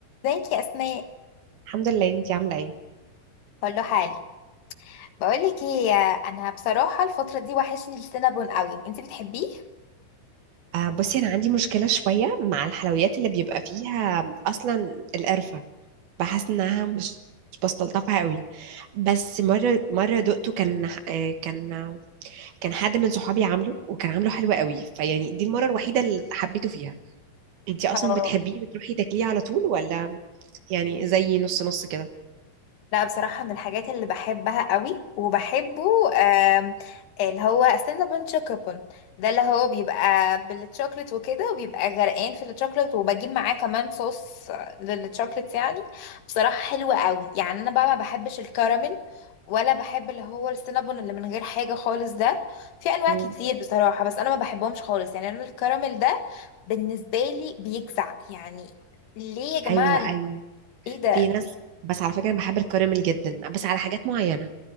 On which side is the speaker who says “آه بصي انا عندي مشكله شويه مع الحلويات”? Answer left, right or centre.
Right